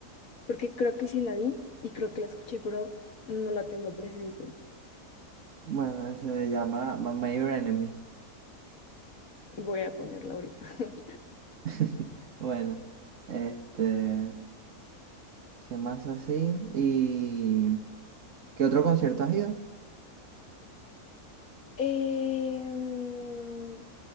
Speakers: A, on the left; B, on the right.
A: porque creo que sí la vi y creo que la escuché, pero no la tengo presente.
B: Bueno, se llama My Major Enemy.
A: Voy a ponerla ahorita. <laughs>
B: <laughs> Bueno, este, ¿qué más así? ¿Y qué otro concierto has ido?
A: Em,